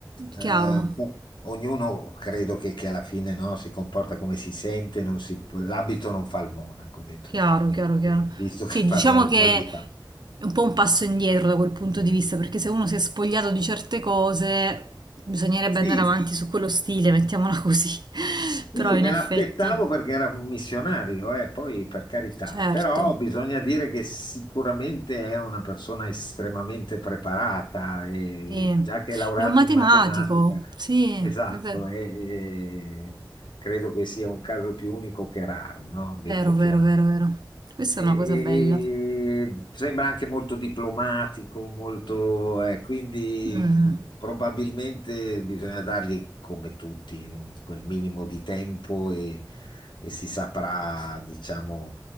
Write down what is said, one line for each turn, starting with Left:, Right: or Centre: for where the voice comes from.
Left: eh,
Right: chiaro.
Left: boh, ognuno credo che, che alla fine no, si comporta come si sente, non si- l'abito non fa il monaco, ho detto
Right: Chiaro,
Left: chiaramente,
Right: chiaro, chiaro.
Left: visto
Right: Sì,
Left: che
Right: diciamo
Left: parliamo
Right: che
Left: poi di tanto.
Right: è un po' un passo indietro da quel punto di vista, perché se uno si è spogliato di certe cose, bisognerebbe
Left: Sì,
Right: andare avanti su quello stile, mettiamola così. <laughs>
Left: Sì,
Right: Però in
Left: me
Right: effetti,
Left: l'aspettavo perché era un missionario, eh, poi per carità,
Right: certo,
Left: però bisogna dire che sicuramente è una persona estremamente preparata, e
Right: sì.
Left: già che è laureato
Right: È un matematico,
Left: in matematica,
Right: sì, è
Left: esatto,
Right: vero,
Left: e, e credo che sia un caso più unico che raro, no? Detto
Right: vero, vero,
Left: chiaramente.
Right: vero, vero. Questa
Left: E,
Right: è
Left: e-
Right: una cosa bella.
Left: e sembra anche molto diplomatico, molto, eh, quindi
Right: Mm,
Left: mh, probabilmente bisogna dargli come tutti un- quel minimo di tempo e, e si saprà, diciamo,